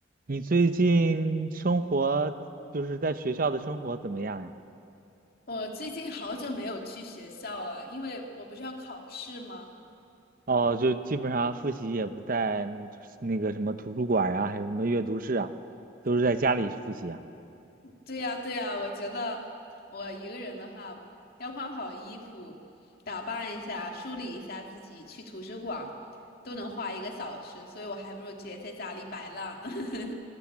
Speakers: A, on the right (about 45°); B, on the left (about 55°).
A: 你最近生活就是在学校的生活怎么样呀？
B: 我最近好久没有去学校了，因为我不是要考试吗？
A: 哦，就基本上复习也不在嗯那个什么图书馆啊，还有什么阅读室啊，都是在家里复习啊。
B: 对呀，对呀，我觉得我一个人的话，要换好衣服，打扮一下，梳理一下自己，去图书馆都能花一个小时，所以我还不如直接在家里摆烂。<laughs>